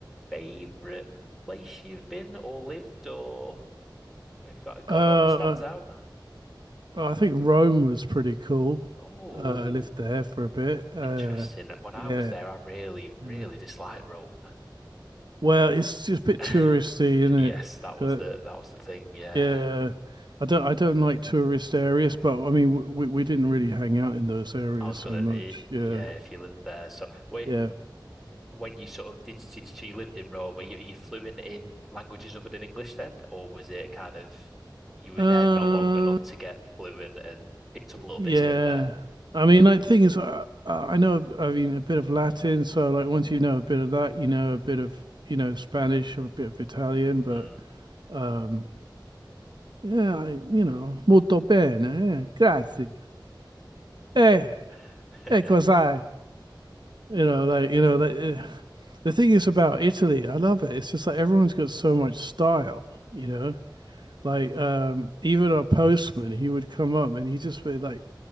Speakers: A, in the centre; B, on the right.
A: favorite place you've been or lived, or have you got got
B: Uh,
A: one that stands out?
B: I think Rome was pretty cool.
A: Oh,
B: Uh, I lived there for a bit. Uh,
A: interesting. When I
B: yeah,
A: was there, I really, really
B: yeah.
A: disliked Rome.
B: Well, it's just a bit
A: <laughs>
B: touristy, isn't
A: Yes,
B: it?
A: that was
B: But
A: the that was the thing. Yeah,
B: yeah, I don't I don't like tourist areas, but I mean we we didn't really hang out in those areas
A: I was gonna.
B: so much.
A: eh,
B: Yeah,
A: yeah, if you lived there. So wait,
B: yeah.
A: w- when you sort of did, did so you lived in Rome? You you flew in in languages other than English then, or was it kind of you were
B: Uh,
A: there not long enough to get fluent and picked up little
B: yeah.
A: bits here and there?
B: I mean, like, thing is, I, I know, I mean, a bit of Latin. So, like, once you know a bit of that, you know a bit of, you know, Spanish or a bit of Italian. But,
A: Mm.
B: um, yeah, I, you know, molto bene, eh, grazie. Eh,
A: <laughs>
B: eh, cos'hai? You know, like you know, like eh, the thing is about Italy. I love it. It's just like everyone's got so much style. You know, like um, even our postman, he would come up and he just would like